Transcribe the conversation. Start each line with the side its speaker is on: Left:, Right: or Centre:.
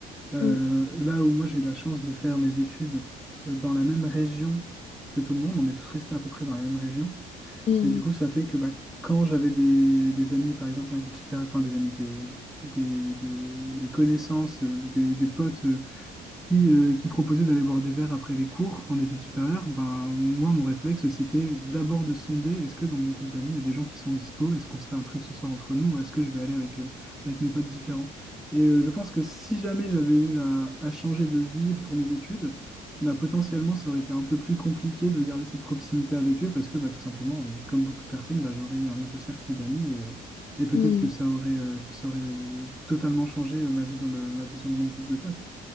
Centre: Euh,
Left: Mm.
Centre: là où moi j'ai eu la chance de faire mes études euh, dans la même région que tout le monde, on est tous restés à peu près dans la même région.
Left: Mm,
Centre: Et du coup, ça fait que bah, quand j'avais des, des amis, par exemple, en études supérieures, enfin des amis, des, des, des- des connaissances, euh, des, des potes euh, qui, euh, qui proposait d'aller boire des verres après les cours en études supérieures, ben, moi, mon réflexe, c'était d'abord de sonder, est-ce que dans mon groupe d'amis, il y a des gens qui sont dispo? Est-ce qu'on se fait un truc ce soir entre nous ou est-ce que je vais aller avec, euh, avec mes potes différents? Et euh, je pense que si jamais j'avais eu à, à changer de ville pour mes études, bah, potentiellement, ça aurait été un peu plus compliqué de garder cette proximité avec eux parce que bah, tout simplement, euh, comme beaucoup de personnes, bah, j'aurais eu un nouveau cercle d'amis et, euh, et peut-être
Left: mm.
Centre: que ça aurait, euh, que ça aurait euh, totalement changé euh, ma vision de, ma vision de mon groupe de potes.